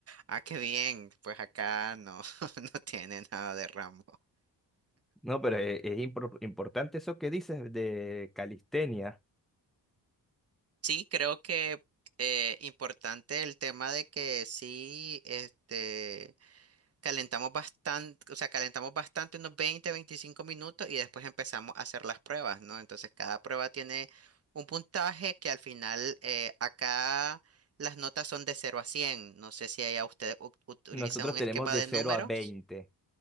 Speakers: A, on the right (about 35°); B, in the centre.
A: Ah, qué bien. Pues acá no, <laughs> no tiene nada de Rambo.
B: No, pero es, es impor- importante eso que dices de calistenia.
A: Sí, creo que eh, importante el tema de que sí, este, calentamos bastante, o sea, calentamos bastante unos 20, 25 minutos y después empezamos a hacer las pruebas, ¿no? Entonces cada prueba tiene un puntaje que al final eh, acá las notas son de cero a 100. No sé si allá ustedes u- utilizan
B: Nosotros
A: un esquema
B: tenemos de
A: de
B: cero
A: número.
B: a 20.